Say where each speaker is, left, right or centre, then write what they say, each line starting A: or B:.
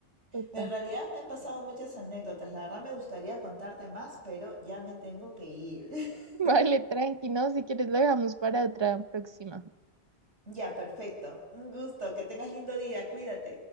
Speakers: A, on the right (about 30°); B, on the right (about 85°).
A: Total.
B: Pero en realidad me han pasado muchas anécdotas, la verdad me gustaría contarte más, pero ya me tengo que ir. <laughs>
A: Vale, tranqui, ¿no? Si quieres lo dejamos para otra próxima.
B: Ya, perfecto. Un gusto. Que tengas lindo día. Cuídate.